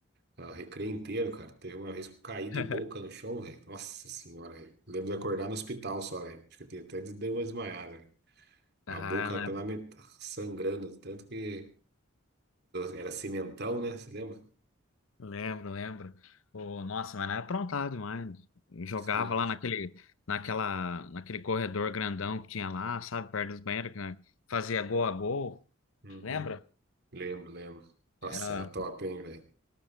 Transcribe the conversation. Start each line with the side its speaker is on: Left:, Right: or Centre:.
Right: ah, O recreio inteiro, cara. Teve uma vez que eu caí de
Left: <laughs>
Right: boca no chão, velho. Nossa senhora, velho. Lembro de acordar no hospital só, velho. Acho que eu até dei uma desmaiada, velho. A
Left: Ah,
Right: boca pela
Left: né?
Right: met... sangrando, tanto que era cimentão, né? Você lembra?
Left: Lembro, lembro. Ô, nossa, mas era aprontado demais. Jogava
Right: Sim.
Left: lá naquele, naquela, naquele corredor grandão que tinha lá, sabe, perto dos banheiros, que né, fazia gol a gol.
Right: Uhum.
Left: Lembra?
Right: Lembro, lembro. Nossa,
Left: Era...
Right: era top, hein, velho?